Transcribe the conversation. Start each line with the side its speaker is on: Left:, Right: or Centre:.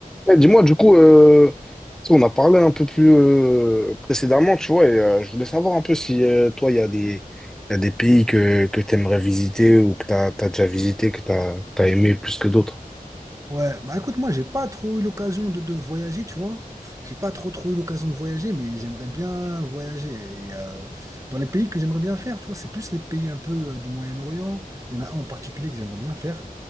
Centre: Eh, dis-moi, du coup, euh, tu sais, on a parlé un peu plus euh, précédemment, tu vois, et euh, je voulais savoir un peu si euh, toi, il y a des, il y a des pays que, que tu aimerais visiter ou que tu as, déjà visité, que tu as, aimé plus que d'autres.
Right: Ouais, bah écoute, moi, j'ai pas trop eu l'occasion de, de voyager, tu vois. J'ai pas trop trop eu l'occasion de voyager, mais j'aimerais bien voyager. Et, euh, dans les pays que j'aimerais bien faire, tu vois, c'est plus les pays un peu euh, du Moyen-Orient. Il y en a un en particulier que j'aimerais bien faire.